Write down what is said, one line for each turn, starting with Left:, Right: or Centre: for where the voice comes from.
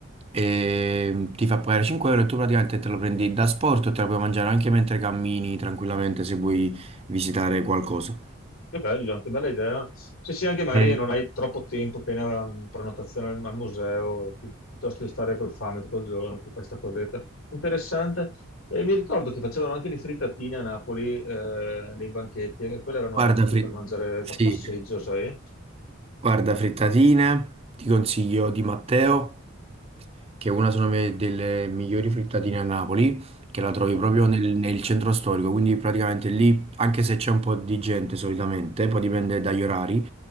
Right: e ti fa pagare 5 euro e tu praticamente te lo prendi da sport, te la puoi mangiare anche mentre cammini tranquillamente se vuoi visitare qualcosa.
Left: che bello, che bella idea. Se sì, anche magari
Right: Eh,
Left: non hai troppo tempo che hai una prenotazione al, al museo, pi- piuttosto di stare col fame tutto il giorno, ti fai sta cosetta. Interessante. E mi ricordo che facevano anche le frittatine a Napoli, eh, nei banchetti, e quelle erano
Right: guarda,
Left: ottime
Right: Fri-
Left: per mangiare
Right: sì,
Left: da passeggio, sai?
Right: Guarda, frittatine, ti consiglio di Matteo, che è una sono me- delle migliori frittatine a Napoli, che la trovi
Left: Ok.
Right: proprio nel, nel centro storico, quindi praticamente lì, anche se c'è un po' di gente solitamente, poi dipende dagli orari,